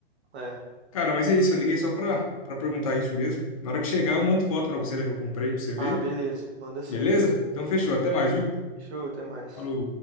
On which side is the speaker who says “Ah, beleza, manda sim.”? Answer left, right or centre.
Right